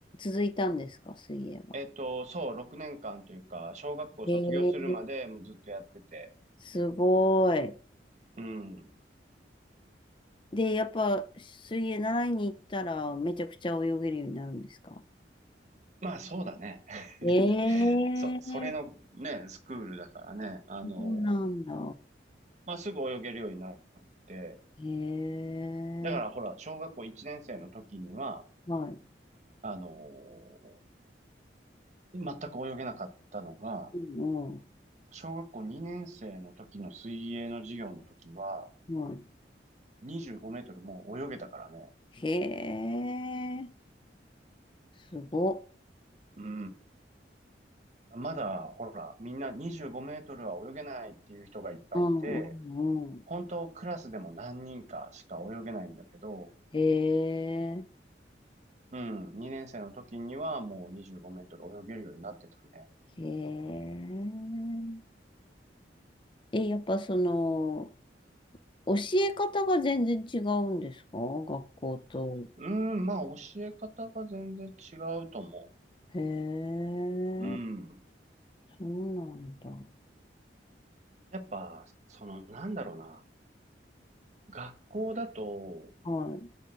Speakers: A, on the left (about 30°); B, on the right (about 40°).
A: 続いたんですか、水泳は。
B: えっと、そう、6年間というか、小学校卒業するまでもうずっとやってて。
A: へえ、すごい。
B: うん。
A: で、やっぱ、水泳習いに行ったら、めちゃくちゃ泳げるようになるんですか
B: まあ、そうだね。<laughs>
A: ええ、
B: そ、それのね、スクールだからね。あの、
A: そうなんだ。
B: まあ、すぐ泳げるようになって。
A: へえ、
B: だからほら、小学校1年生の時には、
A: はい。
B: あの、全く泳げなかったのが、
A: うん、う
B: 小学校2年生の時の水泳の授業の時は、
A: んはい。
B: 25メートルもう泳げたからね。
A: へえ、すごっ。
B: うん。まだ、ほら、みんな25メートルは泳げないっていう人がいっぱいいて、
A: うん、うん、うん。
B: 本当クラスでも何人かしか泳げないんだけど、
A: へえ、
B: うん、2年生の時にはもう25メートル泳げるようになってたね。
A: へえ。え、やっぱその、教え方が全然違うんですか学校と。
B: うん、まあ教え方が全然違うと思
A: へえ、
B: う。うん。
A: そうなんだ。
B: やっぱ、その、なんだろうな。学校だと、
A: はい。